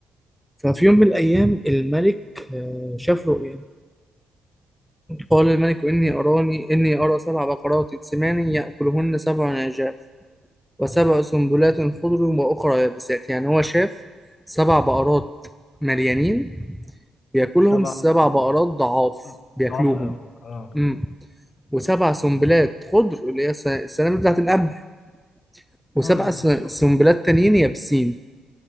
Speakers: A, in the centre; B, on the left.
A: ففي يوم من الأيام الملك آه، شاف رؤيا قال الملك إني أراني إني أرى سبع بقرات سمان يأكلهن سبع عجاف وسبع سنبلات خضر وأخرى يابسات يعني هو شاف سبع بقرات مليانين بياكلهم
B: وسبعة
A: سبع
B: مصر
A: بقرات ضعاف بياكلوهم
B: ضعف أوي اه
A: امم وسبع سنبلات خضر اللي هي الس- السنابل بتاعت القمح وسبع
B: اه
A: س-
B: لسه
A: سنبلات
B: ق-
A: تانيين يابسين